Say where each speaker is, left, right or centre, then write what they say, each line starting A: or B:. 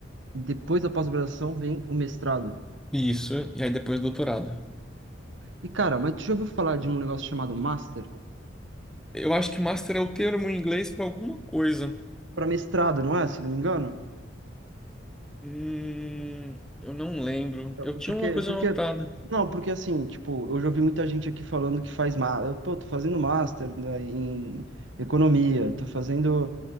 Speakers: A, on the right (about 85°); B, in the centre.
A: E depois da pós-graduação vem o mestrado.
B: isso. E aí depois doutorado.
A: E cara, mas tu já ouviu falar de um negócio chamado master?
B: Eu acho que master é o termo em inglês para alguma coisa.
A: Para mestrado, não é? Se não me engano?
B: Hum, eu não lembro.
A: Eu-
B: Eu tinha
A: Porque,
B: uma coisa
A: porque.
B: anotada.
A: Não, porque assim, tipo, eu já ouvi muita gente aqui falando que faz. Ma... eu, Pô, tô fazendo master, né, em economia, tô fazendo.